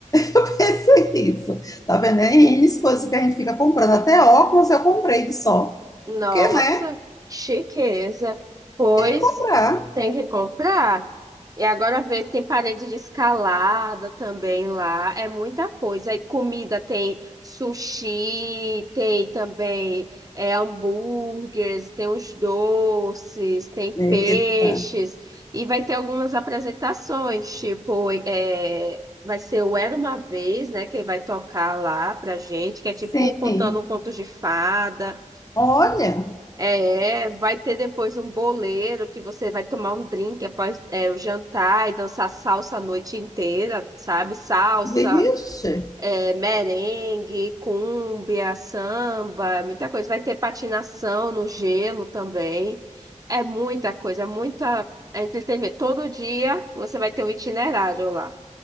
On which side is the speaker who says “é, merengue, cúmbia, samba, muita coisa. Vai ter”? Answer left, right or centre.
Right